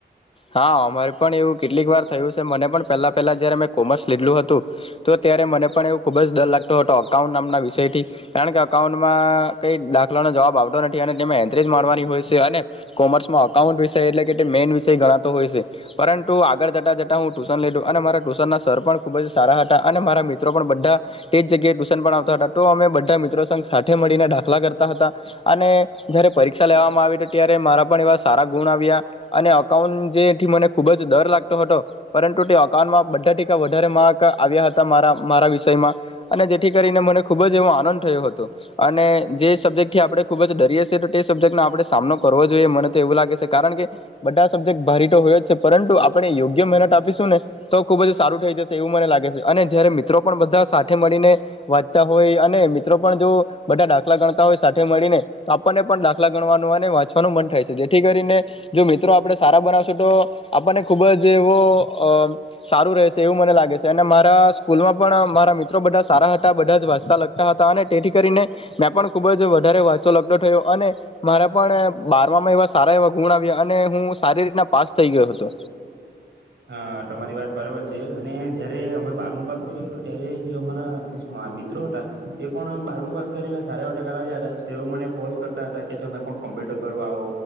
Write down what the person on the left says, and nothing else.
હા અમારે પણ એવું કેટલીક વાર થયું છે મને પણ પહેલા પહેલા જયારે મેં કોમર્સ લીધલું હતું તો ત્યારે મને પણ એવું ખૂબ જ ડર લાગતો હતો અકાઉન્ટ નામના વિષય થી કારણ કે અકાઉન્ટમાં કંઈ દાખલાનો જવાબ આવતો નથી અને તેને એન્ટ્રી જ માણવાની હોય છે અને કોમર્સમાં અકાઉન્ટ વિષય એટલે કે મેઈન વિષય ગણા હોય છે પરંતુ આગળ જતાં જતાં હું ટુશન લીધું અને મારા ટૂશનના સર પણ ખૂબ જ સારા હતા અને મારા મિત્રો પણ બધા તે જ જગ્યાએ ટુશન પણ આવતા હતા તો અમે બધા મિત્રો સઘ સાથે મળીને દાખલા કરતા હતા અને જ્યારે પરીક્ષા લેવામાં આવી હતી ત્યારે મારા પણ એવા સારા ગુણ આવ્યા અને અકાઉન્ટ જેથી મને ખુબ જ ડર લાગતો હતો પરંતુ તે અકાઉન્ટમાં બધા ટકા વધારે માર્ક આવ્યા હતા મારા મારા વિષયમાં અને જેથી કરીને મને ખૂબ જ એવો આનંદ થયો હતો અને જે સબ્જેક્ટ થી આપણે ખૂબ જ ડરીએ છીએ તો તે સબ્જેક્ટને આપણે સામનો કરવો જોઈએ મને તો એવું લાગે છે કારણ કે બધા સબ્જેક્ટ ભારી પરંતુ આપણે યોગ્ય મહેનત આપીશું ને તો ખુબ જ સારું થઈ જશે એવું મને લાગે છે અને જયારે મિત્રો પણ બધા સાથે મળીને વાંચતા હોય અને મિત્રો પણ જો બધા દાખલાણતા હોય મળીને તો આપણને પણ દાખલા ગણવાનો અને વાંચવાનું મન થાય છે જેથી કરીને જો મિત્રો આપણે સારા બનાવ તો આપણને ખૂબ જ એવો અ સારું રહેશે એવું મને લાગે છે અને મારા સ્કૂલમાં પણ મારા મિત્રો બધા સારા હતા બધા જ વાંચતા લગતા હતા અને તેથી કરીને મેં પણ ખૂબ જ વધારે વાચતો લખતો થયો અને મારા પણ બારમામાં એવા સારા એવા ગુણ આવ્યા અને હું સારી રીતના પાસ થઈ ગયો હતો